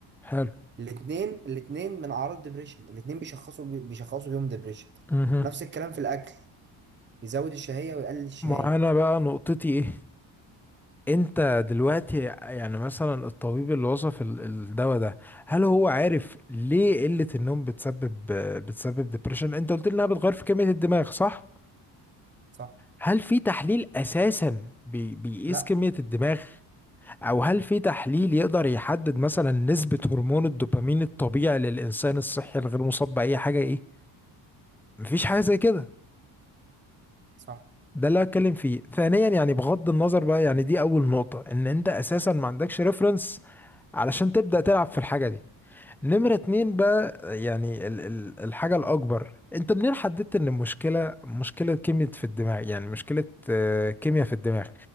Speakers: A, in the centre; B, on the right.
A: حلو
B: الاثنين الاثنين من اعراض ديبريشن الاثنين بيشخصوا بي- بيشخصوا بيهم ديبريشن
A: مهم.
B: نفس الكلام في الاكل يزود الشهيه ويقلل الشهيه
A: وانا بقى نقطتي ايه انت دلوقتي يعني مثلا الطبيب اللي وصف ال- الدواء ده هل هو عارف ليه قلة النوم بتسبب بتسبب ديبريشن انت قلت لي انها بتغير في كمية الدماغ صح
B: صح
A: هل في تحليل اساسا بي- بيقيس
B: لا
A: كمية الدماغ او هل في تحليل يقدر يحدد مثلا نسبة هرمون الدوبامين الطبيعي للانسان الصحي الغير مصاب بأي حاجة ايه مفيش حاجه زي كده
B: صح
A: ده اللي هتكلم فيه ثانيا يعني بغض النظر بقى يعني دي اول نقطه ان انت اساسا ما عندكش ريفرنس علشان تبدا تلعب في الحاجه دي نمره اتنين بقى يعني ال ال الحاجه الاكبر انت منين حددت ان المشكله مشكله كيمياء في الدماغ يعني مشكله آه، كيمياء في الدماغ